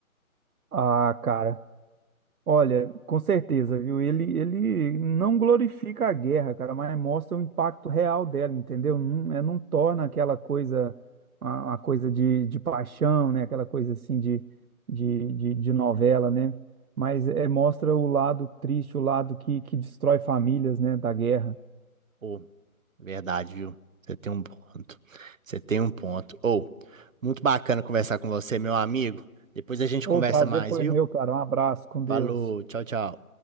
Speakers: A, on the right; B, on the right.
A: Ah, cara. Olha, com certeza, viu? Ele, ele não glorifica a guerra, cara, mas mostra o impacto real dela, entendeu? Não, é, não torna aquela coisa, a- uma coisa de, de paixão, né? Aquela coisa assim de, de, de, de novela, né? Mas é, mostra o lado triste, o lado que, que destrói famílias, né? Da guerra.
B: Ou, verdade, viu? Você tem um ponto. Você tem um ponto. Ou, muito bacana conversar com você, meu amigo. Depois a gente
A: O
B: conversa
A: prazer
B: mais,
A: foi
B: viu?
A: meu, cara. Um abraço, com
B: Falou,
A: Deus.
B: tchau, tchau.